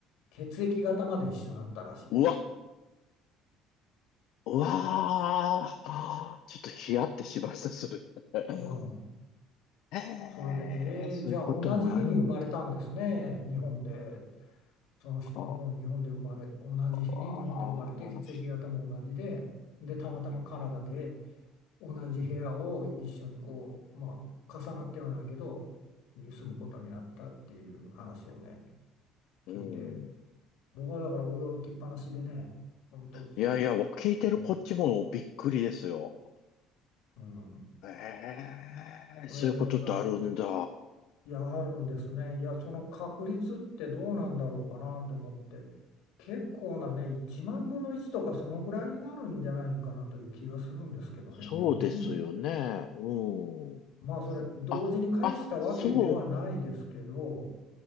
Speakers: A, on the left; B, on the left.
A: 血液型まで一緒だったらしいです。
B: うわ、うわあ、ちょっとヒヤってしました、それ。<laughs>
A: うん。
B: ええ、
A: それで、えー、
B: そういうこともあるんだ。
A: じゃあ同じ日に生まれたんですね、日本で。その人も日本で生まれ、
B: あ
A: 同じ日に日本で生まれて血液型も同じで、
B: あ、あ
A: で、たまたまカナダで同じ部屋を一緒にこう、まあ、重なってはないけど、に住むことになったっていう話をね、
B: ーうん。
A: 聞いて、僕はだから驚きっぱなしでね、本当、
B: いやいや、
A: きこれ、
B: 聞いてるこっちもびっくりですよ。
A: うん、
B: え
A: これが
B: え、そういうことってあるんだ。
A: いや、あるんですね。いや、その確率ってどうなんだろうかなと思って、結構なね、1万分の1とかそのぐらいになるんじゃないかなという気がするんですけどね、
B: そうですよね。
A: 4人。
B: うん。
A: まあ、それ、同時に返したわけではないですけど、
B: あ、あ、そう